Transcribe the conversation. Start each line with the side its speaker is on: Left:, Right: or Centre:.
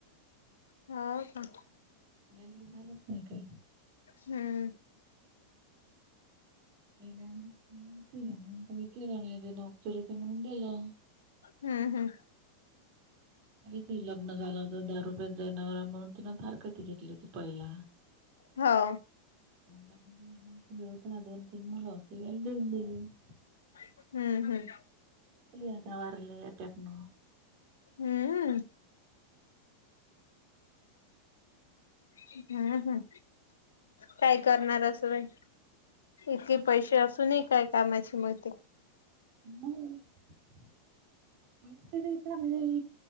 Left: होा का
Right: नाही झालंच नाही का
Left: हम्म
Right: पल्या आधीचडव होते मग काही केलं नाहीे नकचर होते म्हणून दिेलं
Left: हम् हम्म
Right: का त लग्न झालं होत दहा रुपयेच जाण्या म्हणून तिनं फार कती घेतली होती पहिला
Left: हो
Right: <unintelligible>
Left: <unintelligible> हम्म -हम्म
Right: खाली आता वारले अटॅकन
Left: हम्म हम्म हम् काय करणार असं बाई इतले पैसे असून काय कामाची मते
Right: नाहीकडे समजई